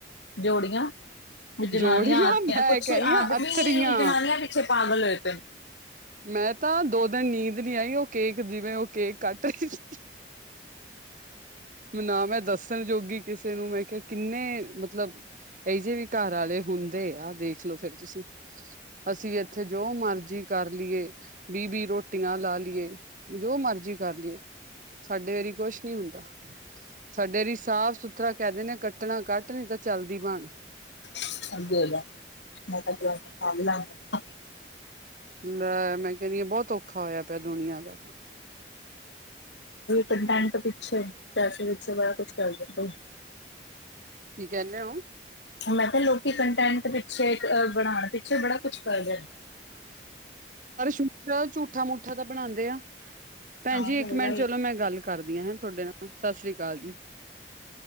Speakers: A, on the left (about 90°); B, on the right (about 45°).
A: <unintelligible> ਜੋੜੀਆਂ। ਜਨਾਨੀਆਂ
B: ਜੋੜੀਆਂ
A: ਆਦਮੀਆਂ
B: ਮੈਂ
A: ਕੁਛ
B: ਕਹਿੰਦੀ
A: ਆਦਮੀ
B: ਹਾਂ ਅੱਥਰੀਆਂ
A: ਜਨਾਨੀਆਂ ਪਿੱਛੇ ਪਾਗਲ ਹੋਏ ਪਏ
B: ਮੈਂ ਤਾਂ ਦੋ ਦਿਨ ਨੀਂਦ ਨੀ ਆਈ ਉਹ ਕੇਕ ਜਿਵੇਂ ਉਹ ਕੇਕੇ ਕੱਟ ਰਹੇ ਸੀ। ਨਾ ਮੈਂ ਦੱਸਣ ਜੋਗੀ ਕਿਸੇ ਨੂੰ ਮੈਂ ਕਿ ਕਿੰਨੇ ਮਤਲਬ ਇਹ ਜਿਹੇ ਵੀ ਘਰ ਆਲੇ ਵੀ ਹੁੰਦੇ ਆ ਦੇਖਲੋ ਫੇਰ ਤੁਸੀਂ। <unintelligible> ਅਸੀਂ ਇੱਥੇ ਜੋ ਮਰਜ਼ੀ ਕਰ ਲਈਏ ਵੀਹ ਵੀਹ ਰੋਟੀਆਂ ਲਾ ਲਈਏ। <unintelligible> ਜੋ ਮਰਜੀ ਕਰ ਲਈਏ ਸਾਡੇ ਵਾਰੀ ਕੁਛ ਨਹੀਂ ਹੁੰਦਾ ਸਾਡੇ ਲਈ ਸਾਫ ਸੁਥਰਾ ਕਹਿ ਦਿੰਦੇ ਕੱਟਣਾ ਕੱਟ ਨਹੀਂ ਤਾਂ ਚਲਦੀ ਬਣ
A: <unintelligible> <unintelligible>
B: ਲੈ ਮੈਂ ਕਹਿਣੀ ਆ ਬਹੁਤ ਔਖਾ ਹੋਇਆ ਪਿਆ ਦੁਨੀਆਂ ਦਾ ਤਾਂ।
A: ਕੰਟੈਂਟ ਤੋਂ ਪਿੱਛੇ ਪੈਸੇ ਪਿੱਛੇ ਬੜਾ ਕੁਛ ਕਰ ਦਿੰਦੇ
B: ਕੀ ਕਹਿੰਨੇ ਓ
A: ਮੈਂ ਕਿਹਾ ਲੋਕੀ ਕੰਟੈਂਟ ਪਿੱਛੇ ਬਣਾਉਣ ਪਿੱਛੇ ਬੜਾ ਕੁਛ ਕਰ ਜਾਣ
B: ਪਰ ਝੂਠਾ ਮੂਠਾ ਤਾਂ ਬਣਾਂਦੇ ਆ ਭੈਣ
A: ਹਾਂ
B: ਜੀ
A: ਸਹੀ
B: ਇੱਕ ਮਿੰਟ
A: ਗੱਲ
B: ਚਲੋ ਮੈਂ ਗੱਲ ਕਰਦੀਆਂ ਹੈ ਤੁਹਾਡੇ ਨਾਲ ਸਤਿ ਸ੍ਰੀ ਅਕਾਲ ਜੀ।